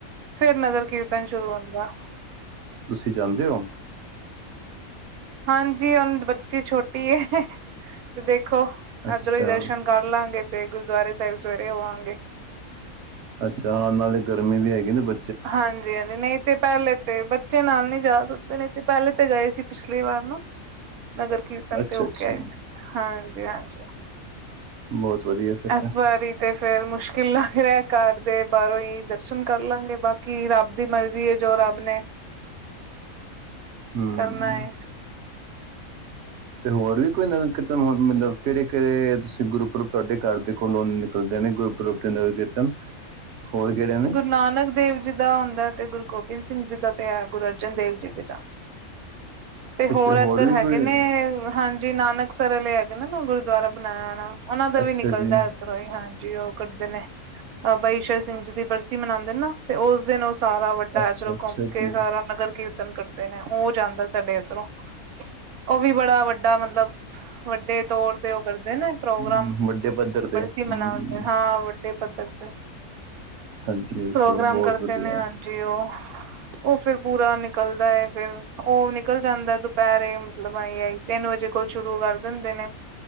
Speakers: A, on the right; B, on the right.
A: ਫੇਰ ਨਗਰ ਕੀਰਤਨ ਸ਼ੁਰੂ ਹੁੰਦਾ
B: ਤੁਸੀਂ ਜਾਂਦੇ ਹੋ।
A: ਹਾਂਜੀ ਹੁਣ ਬੱਚੀ ਛੋਟੀ ਏ ਤੇ ਦੇਖੋ
B: ਅੱਛਾ,
A: ਏਧਰੋਂ ਹੀ ਦਰਸ਼ਨ ਕਰ ਲਾਂਗੇ ਤੇ ਗੁਰਦੁਆਰੇ ਸਾਹਿਬ ਸਵੇਰੇ ਹੋਵਾਂਗੇ।
B: ਅੱਛਾ ਹਾਂ ਨਾਲੇ ਗਰਮੀ ਵੀ ਹੈਗੀ ਨਾ ਬ
A: ਹਾਂਜੀ ਹਾਂਜੀ ਨਹੀਂ ਤੇ ਪਹਿਲੇ ਤੇ ਬ ਬੱਚੇ ਨਾਲ ਨਹੀਂ ਜਾ ਸਕਦੇ ਨਹੀਂ ਤੇ ਪਹਿਲੇ ਤੇ ਗਏ ਸੀ ਪਿਛਲੀ ਵਾਰ ਨਾ ਨਗਰ ਕੀਰਤਨ
B: ਹੈ। ਅੱਛਾ,
A: ਤੇ ਹੋਕੇ
B: ਅੱਛਾ
A: ਆਏ ਸੀ। ਹਾਂਜੀ-ਹਾਂਜੀ।
B: ਬੋਤ ਵਧੀਆ। ਫਿਰ
A: ਐਸ
B: ਤਾਂ
A: ਵਾਰੀ ਤੇ ਫੇਰ ਮੁਸ਼ਕਿਲ ਲੱਗ ਰਿਹਾ। ਘਰ ਦੇ ਬਾਹਰੋਂ ਹੀ ਦਰਸ਼ਨ ਕਰ ਲਾਂਗੇ ਬਾਕੀ ਰੱਬ ਦੀ ਮਰਜ਼ੀ ਏ ਜੋ ਰੱਬ ਨੇ
B: ਹੂੰ।
A: ਕਰਨਾ ਹੈ
B: ਤੇ ਹੋਰ ਵੀ ਕੋਈ ਨਗਰ ਕੀਰਤਨ ਮਤਲਬ ਕਿਹੜੇ-ਕਿਹੜੇ ਤੁਸੀਂ ਗੁਰਪੁਰਬ ਤੁਹਾਡੇ ਘਰ ਦੇ ਕੋਲੋ ਨਿਕ ਕਰਦੇ ਨੇ ਗੁਰੂਪੁਰਬ ਦੇ ਨਗਰ ਕੀਰਤਨ ਹੋਰ ਕਿਹੜੇ ਨੇ?
A: ਗੁਰੂ ਨਾਨਕ ਦੇਵ ਜੀ ਦਾ ਹੁੰਦਾ ਤੇ ਗੁਰੂ ਗੋਬਿੰਦ ਸਿੰਘ ਜੀ ਦਾ ਤੇ ਏ ਗੁਰੂ ਅਰਜਨ ਦੇਵ ਜੀ ਤੇ ਜਾਂ ਤੇ ਹੋਰ
B: ਸ਼-
A: ਇੱਧਰ
B: ਵੀ
A: ਹੈਗੇ
B: ਕੋਈ
A: ਨੇ ਹਾਂਜੀ, ਨਾਨਕਸਰ ਵਾਲੇ ਹੈਗੇ ਨੇ ਨਾ ਗੁਰਦੁਆਰਾ ਬਣਾਇਆ ਣਾ ਉਹਨਾਂ ਦਾ
B: ਅੱਛਾ
A: ਵੀ ਨਿਕਲਦਾ
B: ਜੀ।
A: ਹੀ ਹਾਂਜੀ ਉਹ ਕਰਦੇ ਨੇ ਅਹ ਬਾਬਾ ਈਸ਼ਰ ਸਿੰਘ ਜੀ ਦੀ ਬਰਸੀ ਮਨਾਦੇ ਨੇ ਨਾ ਤੇ ਉਸ ਦਿਨ ਉਸ ਸਾਰਾ ਵੱਡਾ
B: ਅੱਛਾ
A: ਇੱਧਰ
B: ਅੱਛਾ
A: ਘੁੰਮ ਕੇ
B: ਜੀ
A: ਸਾਰਾ ਨਗਰ ਕੀਰਤਨ ਕਰਦੇ ਨੇ ਉਹ ਜਾਂਦਾ ਸਵੇਰ ਤਰੋ ਉਹ ਵੀ ਬੜਾ ਵੱਡ ਵੱਡਾ ਮਤਲਬ ਵੱਡੇ ਤੌਰ ਤੇ ਉਹ ਕਰਦੇ ਨੇ ਪ੍ਰੋਗਰਾਮ
B: ਹਮ, ਵੱਡੇ ਪੱਧਰ ਤੇ
A: ਬਰਸੀ ਮਨਾਂਦੇ
B: ਹਮ
A: ਹਾਂ ਵੱਡੇ ਪੱਧਰ ਤੇ
B: ਹਾਂਜੀ ਜੀ
A: ਪ੍ਰੋਗਰਾਮ
B: ਬਹੁਤ
A: ਕਰਦੇ
B: ਵਧੀਆ
A: ਨੇ ਜੀ ਉਹ ਉਹ ਫਿਰ ਪੂਰਾ ਨਿਕਲਦਾ ਏ ਫਿਰ ਉਹ ਨ ਨਿਕਲ ਜਾਂਦੈ ਦੁਪਹਿਰੇ ਮਤਲਬ ਆਹੀ ਆਹੀ ਤਿੰਨ ਵਜੇ ਕੋਲ ਸ਼ੁਰੂ ਕਰ ਦਿੰਦੇ ਨੇ